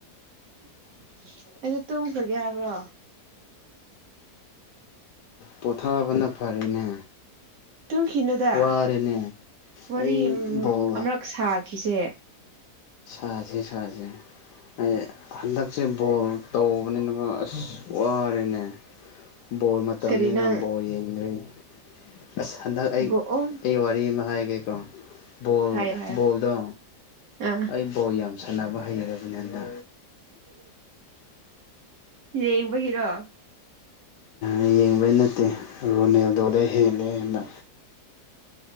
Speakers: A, on the right (about 55°); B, on the left (about 80°).
A: <inaudible> ꯑꯩꯗ ꯇꯨꯝꯈ꯭ꯔꯒꯦ ꯍꯥꯏꯕ꯭ꯔꯣ
B: ꯄꯣꯊꯥꯕꯅ ꯐꯔꯦꯅꯦ
A: ꯇꯨꯝ ꯈꯤꯅꯨꯗ
B: ꯋꯥꯔꯦꯅꯦ
A: ꯋꯥꯔꯤ
B: ꯑꯩ ꯕꯣꯜ
A: ꯑꯃꯔꯛ ꯁꯥꯈꯤꯁꯦ
B: ꯁꯥꯖꯦ ꯁꯖꯦ ꯑꯩ ꯍꯟꯗꯛꯁꯦ ꯕꯣꯜ ꯇꯧꯕꯅꯤꯅꯀ ꯑꯁ ꯋꯥꯔꯦꯅꯦ ꯕꯣꯜ ꯃꯇꯝꯅꯤꯅ
A: ꯀꯔꯤ ꯅꯪ
B: ꯕꯣꯜ ꯌꯦꯡꯗ꯭ꯔꯦ ꯑꯁ ꯍꯟꯗꯛ ꯑꯩ
A: ꯕꯣꯛꯑꯣ
B: ꯑꯩ ꯋꯥꯔꯤ ꯑꯃ ꯍꯥꯏꯔꯒꯦꯀꯣ ꯕꯣꯜ
A: ꯍꯥꯏꯌꯣ ꯍꯥꯏꯌꯣ
B: ꯕꯣꯜꯗꯣ
A: ꯑꯥ
B: ꯑꯩ ꯕꯣꯜ ꯌꯥꯝ ꯁꯥꯟꯅꯕ ꯍꯩꯔꯕꯅꯤ ꯍꯟꯗ
A: ꯌꯦꯡꯕꯒꯤꯔꯣ
B: ꯑꯩ ꯌꯦꯡꯕꯩ ꯅꯠꯇꯦ ꯔꯣꯅꯦꯜꯗꯣꯗ ꯍꯦꯜꯂꯦꯗ